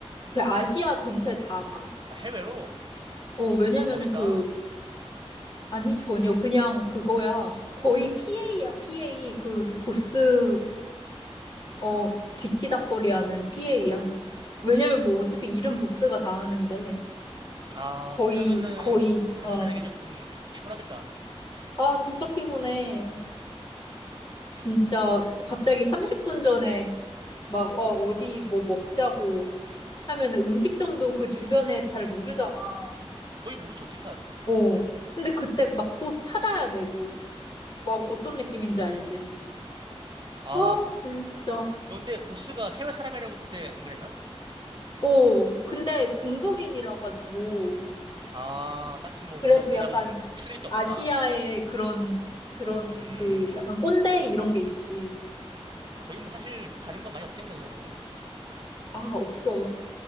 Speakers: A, on the left; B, on the right.
A: 그 아시아 전체 다 가.
B: 아, 해외로?
A: 어 왜냐면은
B: 아, 멋있다.
A: 그 아니 전혀 그냥 그거야. 거의 PA야 PA 그 보스 어 뒤치다꺼리하는 PA야. 왜냐면 뭐 어차피 일은 보스가 다 하는데
B: 아,
A: 거의
B: 그러면은
A: 거의
B: 같이
A: 어
B: 다니기 조금 피곤하겠다.
A: 아 진짜 피곤해. 진짜 갑자기 30분 전에 막, 어, 어디 뭐 먹자고 하면은 음식점도 그 주변에 잘 모르잖아.
B: 거의 모르지, 어떻게 알아.
A: 어, 근데 그때 막 또 찾아야 되고, 막 어떤 느낌인지 알지?
B: 아,
A: 아, 진짜.
B: 넌데 보스가 해외 사람이라고 그때 안 그랬나?
A: 어, 근데 중국인이라 가지고,
B: 아, 딱히 뭐 우리나,
A: 그래도
B: 우리랑
A: 약간
B: 틀릴 게 없구나.
A: 아시아의 그런, 그런
B: 음,
A: 그 약간 꼰대 이런 게 있지.
B: 거의 뭐 사실 다른 건 많이 없겠네, 그러면은.
A: 아, 없어.